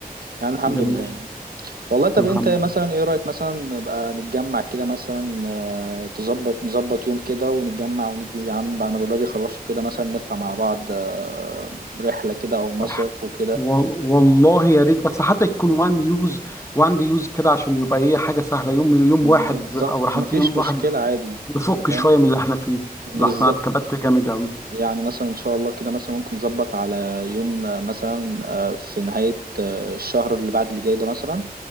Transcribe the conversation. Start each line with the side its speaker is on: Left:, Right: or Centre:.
Right: يعني الحمد
Left: جميل
Right: لله يعني. والله طب
Left: الحمد
Right: انت مثلا ايه رأيك مثلا نبقى نتجمع كده مثلا آه، تظبط نظبط يوم كده ونتجمع ونيجي يا عم بعد ما الولاد يخلصوا كده مثلا نطلع مع بعض آه، رحلة كده او مصيف
Left: لله
Right: وكده
Left: و- والله يا ريت بس حتى يكون وان يوز وان دي يوز كده عشان يبقى ايه حاجه سهله يوم يوم
Right: وبالظبط
Left: واحد او رحلات
Right: مفيش
Left: اليوم الواحد
Right: مشكلة عادي انت
Left: نفك
Right: فاهم
Left: شوية من اللي احنا فيه لحسن
Right: بالظبط
Left: انا اتكبت جامد أوي
Right: يعني مثلا ان شاء الله كده مثلا ممكن نظبط على يوم آه، مثلا آه، في نهاية آه، الشهر اللي بعد اللي جاي ده مثلا